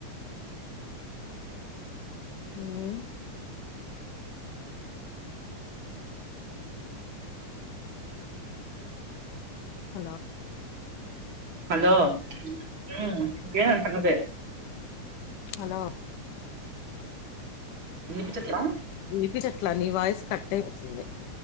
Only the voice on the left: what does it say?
ఊమ్ హలో
హలో
వినిపించట్ల నీ వాయిస్ కట్ అయితుంది